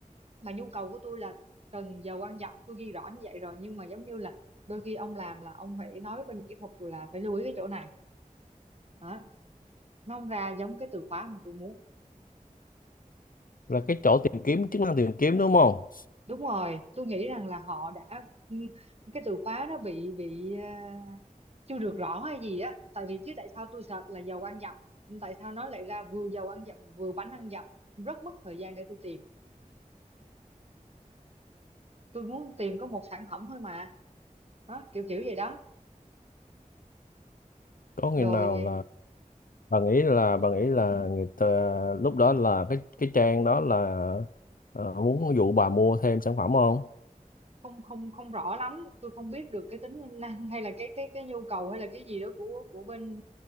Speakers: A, on the right; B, on the left.
A: mà nhu cầu của tôi là cần giờ quan dặm tôi ghi rõ như vậy rồi nhưng mà giống như là đôi khi ông làm là ông phải nói với bên kỹ thuật là phải lưu ý cái chỗ này đó nó không ra giống cái từ khóa mà tôi muốn
B: Là cái chỗ tìm kiếm, chức năng tìm kiếm đúng không?
A: đúng rồi tôi nghĩ rằng là họ đã ừ, cái từ khóa nó bị bị à, chưa được rõ hay gì á tại vì chứ tại sao tôi search là dầu ăn dặm tại sao nó lại ra vừa dầu ăn dặm vừa bánh ăn dặm rất mất thời gian để tôi tìm tôi muốn tìm có một sản phẩm thôi mà đó kiểu kiểu vậy đó
B: Có
A: rồi
B: khi nào là bà nghĩ là bà nghĩ là người ta, lúc đó là cái cái trang đó là ờ, muốn dụ bà mua thêm sản phẩm không
A: không không không rõ lắm tôi không biết được cái tính năng hay là cái cái cái nhu cầu hay là cái gì đó của của bên